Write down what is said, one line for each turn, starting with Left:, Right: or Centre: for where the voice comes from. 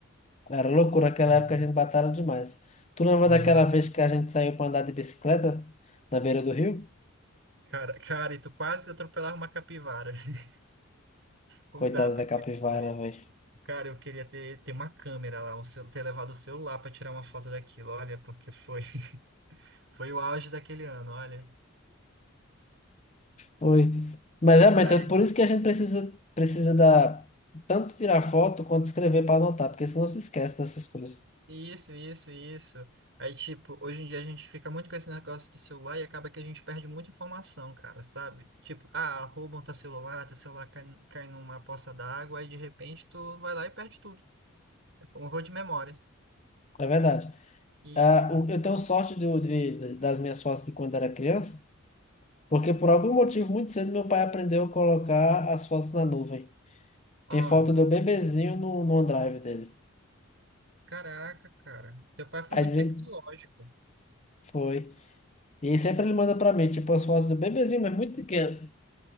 Left: Era loucura, naquela
Right: Ai,
Left: época a gente batalha demais. Tu lembra
Right: imagina.
Left: daquela vez que a gente saiu pra andar de bicicleta na beira do rio?
Right: Cara, cara, e tu quase atropelava uma capivara. <laughs> Como
Left: Coitada
Right: dá a perspectiva
Left: da capivara, velho.
Right: Cara, eu queria ter, ter uma câmera lá, um, cel- ter levado o celular para tirar uma foto daquilo, olha, porque foi, <laughs> foi o auge daquele ano, olha.
Left: Foi. Mas realmente
Right: Ai,
Left: é por isso que a gente precisa, precisa da, tanto tirar foto quanto escrever para anotar, porque senão se esquece dessas coisas.
Right: Isso, isso, isso. Aí, tipo, hoje em dia a gente fica muito com esse negócio de celular e acaba que a gente perde muita informação, cara, sabe? Tipo, ah, roubam teu celular, teu celular cai, cai numa poça d'água, aí de repente tu vai lá e perde tudo. É um horror de memórias.
Left: É verdade.
Right: Isso.
Left: Ah, o- eu tenho sorte de, de- das minhas fotos de quando era criança, porque por algum motivo muito cedo meu pai aprendeu a colocar as fotos na nuvem.
Right: Ah,
Left: Tem foto do bebezinho no, no OneDrive dele.
Right: caraca, cara. Teu pai foi
Left: Aí
Right: muito
Left: de
Right: tecnológico.
Left: vez foi. E aí sempre ele manda para mim, tipo, as fotos do bebezinho, mas muito pequeno.